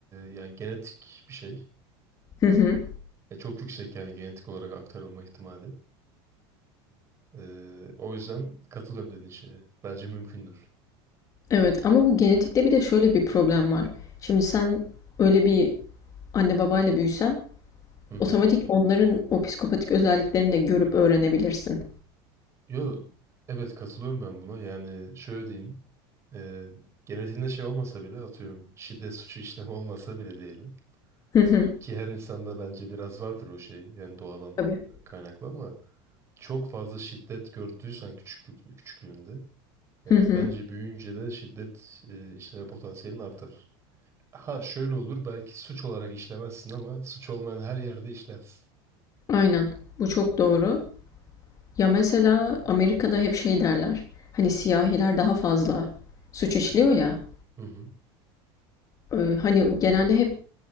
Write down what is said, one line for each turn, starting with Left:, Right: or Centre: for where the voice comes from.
Right: yani genetik bir şey.
Left: Hı hı.
Right: E, çok yüksek yani genetik olarak aktarılma ihtimali. Eee, o yüzden katılıyorum dediğin şeye. Bence mümkündür.
Left: Evet ama bu genetikte bir de şöyle bir problem var. Şimdi sen öyle bir anne babayla büyüsen
Right: Hı hı.
Left: Otomatik onların o psikopatik özelliklerini de görüp öğrenebilirsin.
Right: Yo, evet katılıyorum ben buna. Yani şöyle diyeyim. E, genetiğinde şey olmasa bile atıyorum şiddet suçu işlemi olmasa bile diyelim.
Left: Hı hı.
Right: Ki her insanda bence biraz vardır o şey. Yani doğadan
Left: Tabii.
Right: kaynaklı ama çok fazla şiddet gördüysen küçüklük, küçüklüğünde e,
Left: Hı hı.
Right: bence büyüyünce de şiddet e, işleme potansiyelin artar. Ha şöyle olur belki suç olarak işlemezsin ama suç olmayan her yerde işlersin.
Left: Aynen. Bu çok doğru. Ya mesela Amerika'da hep şey derler. Hani siyahiler daha fazla suç işliyor ya.
Right: Hı hı.
Left: Ee, hani genelde hep